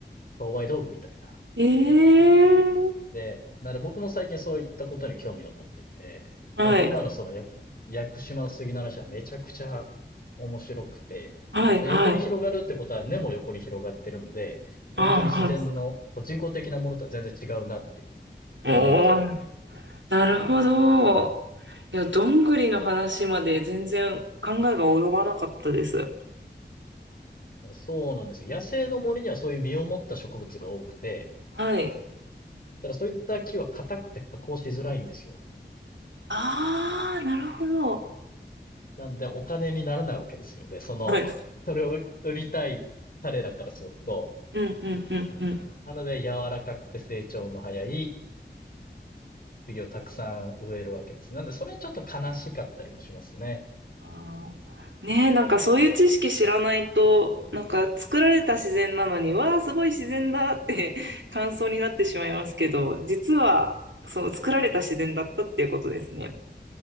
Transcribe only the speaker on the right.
ええ
はい。
はい、
はい。
あ、
はい。おー、
なるほど。いや、どんぐりの話まで全然考えが及ばなかったです。
はい。
ああ、なるほど。
はい。
うん、うん、うん、うん。
あーねえ、なんかそういう知識知らないと、なんか作られた自然なのに、わあ、すごい自然だって <laughs> 感想になってしまいますけど、実は、その作られた自然だったっていうことですね。